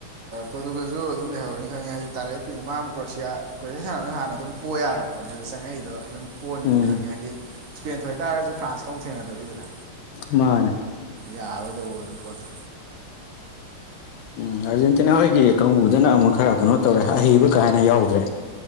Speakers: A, on the right; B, on the left.
A: ꯄꯣꯗꯨꯒꯜꯁꯨ ꯑꯗꯨꯝ ꯂꯩꯍꯧꯔꯅꯤ ꯈꯪꯉꯤ ꯍꯥꯏꯖꯤꯗꯤ ꯇꯥꯔꯛꯏ ꯃꯥ ꯀꯣꯌꯥ ꯀꯣꯁꯤꯥꯟ ꯑꯗꯨꯝ ꯍꯥꯟꯅ ꯑꯗꯨꯝ ꯄꯣ ꯌꯥꯔꯕ ꯍꯣꯠꯅꯗ ꯆꯪꯉꯛꯏꯗꯣ ꯑꯗꯨꯝ ꯄꯣꯠꯅꯤꯗꯤ
B: ꯎꯝ
A: ꯈꯪꯉꯦ ꯍꯥꯏꯗꯤ ꯏꯁꯄꯦꯟ ꯊ ꯑꯣꯏꯇꯥꯥꯔꯒꯁꯨ ꯐ꯭ꯔꯥꯟꯁꯀ ꯑꯃꯨꯛ ꯊꯦꯡꯅꯗꯣꯔꯤꯗꯅ
B: ꯃꯥꯅꯦ
A: ꯌꯥꯔ ꯑꯣꯏꯗꯧꯕ ꯑꯗꯨꯝ ꯄꯣꯠꯇ
B: ꯎꯝ ꯑꯥꯔꯖꯦꯟꯇꯤꯅꯥ ꯍꯣꯏꯒꯤ ꯀꯥꯡꯕꯨꯗꯅ ꯑꯃꯨꯛ ꯈꯔ ꯀꯩꯅꯣ ꯇꯧꯔꯦ ꯑꯍꯩꯕ ꯀꯥꯥꯏꯅ ꯌꯥꯎꯗ꯭ꯔꯦ